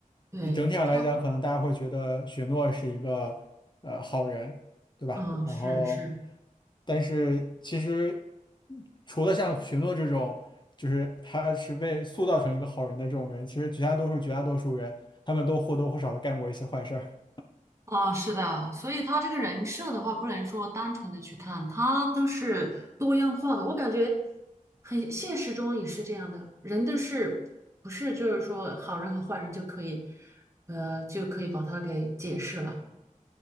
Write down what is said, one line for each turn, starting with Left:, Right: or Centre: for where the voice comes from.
Right: 对，
Left: 整体上来讲，
Right: 他
Left: 可能大家会觉得雪诺是一个呃好人，对吧？
Right: 嗯是是。
Left: 然后，但是其实嗯除了像雪诺这种，就是他是被塑造成一个好人的这种人，其实绝大多数绝大多数人，他们都或多或少的干过一些坏事儿。
Right: 啊，是的，所以他这个人设的话，不能说单纯的去看，他都是多样化的。我感觉很现实中也是这样的，人都是不是就是说好人和坏人就可以，呃，就可以把他给解释了。